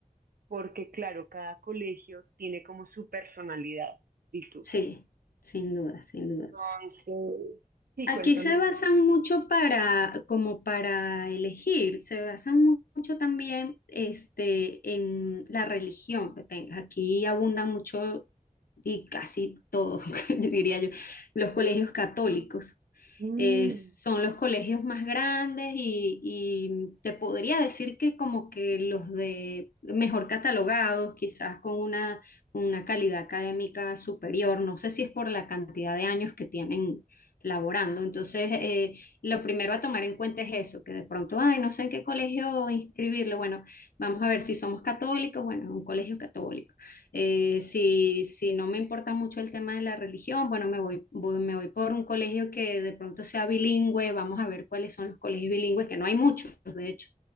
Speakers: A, on the right; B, on the left.
A: porque claro, cada colegio tiene como su personalidad, y tú.
B: sí, sin duda, sin duda.
A: Entonces, sí,
B: Aquí
A: cuéntame.
B: se basan mucho para, como para elegir, se basan mu- mucho también este, en la religión que tengas. Aquí abundan mucho y casi todos, <laughs> yo diría yo, los colegios católicos.
A: Mm,
B: Eh, son los colegios más grandes y, y te podría decir que como que los de mejor catalogados, quizás con una, una calidad académica superior. No sé si es por la cantidad de años que tienen laborando. Entonces, eh, lo primero a tomar en cuenta es eso, que de pronto, ay, no sé en qué colegio inscribirlo. Bueno, vamos a ver si somos católicos, bueno, en un colegio católico. Eh, si, si no me importa mucho el tema de la religión, bueno, me voy, voy- me voy por un colegio que de pronto sea bilingüe, vamos a ver cuáles son los colegios bilingües, que no hay muchos, de hecho.